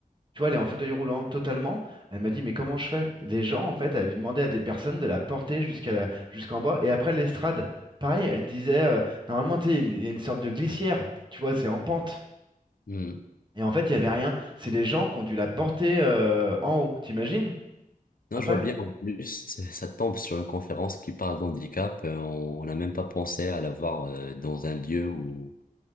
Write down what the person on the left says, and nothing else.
Hmm.
Non, je vois bien, en plus, ça tombe sur une conférence qui parle d'handicap. euh, On n'a même pas pensé à l'avoir euh, dans un lieu où...